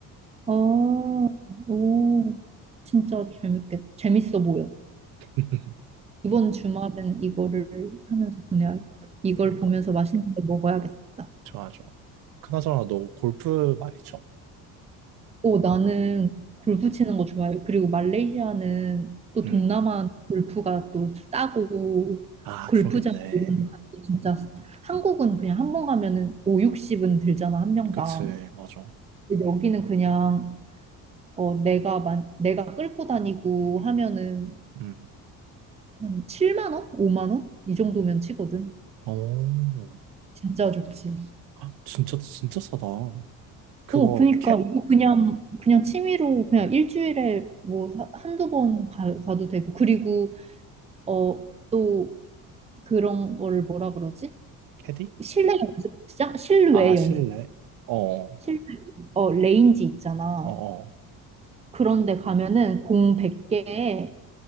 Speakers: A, on the right (about 20°); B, on the right (about 75°).
A: 어, 오, 진짜 재밌겠, 재밌어 보여.
B: <laughs>
A: 이번 주말은 이거를 하면서 보내야겠다. 이걸
B: 그러니까
A: 보면서 맛있는 거 먹어야겠다.
B: 좋아하죠. 그나저나 너 골프 많이 쳐?
A: 오, 나는 골프 치는 거 좋아해요. 그리고 말레이시아는 또
B: 음.
A: 동남아 골프가 또 싸고,
B: 아,
A: 골프장
B: 그러겠네.
A: 이런 데 가도 진짜, 한국은 그냥 한번 가면은 오육십은 들잖아, 한 명당.
B: 그치, 맞아.
A: 근데 여기는 그냥 어 내가 만 내가 끌고 다니고 하면은
B: 음.
A: 한 7만 원? 5만 원? 이 정도면 치거든.
B: 오,
A: 진짜 좋지.
B: 아, 진짜, 진짜 싸다. 그거,
A: 어 그니까
B: 캐,
A: 이거 그냥 그냥 취미로 그냥 일주일에 뭐 하- 한두 번 가, 가도 되고 그리고 어 또 그런 거를 뭐라 그러지?
B: 캐디?
A: 실내 연습장? 실외
B: 아, 실내?
A: 연습.
B: 어, 어,
A: 실 어 레인지 있잖아.
B: 어.
A: 그런데 가면은 공 100개에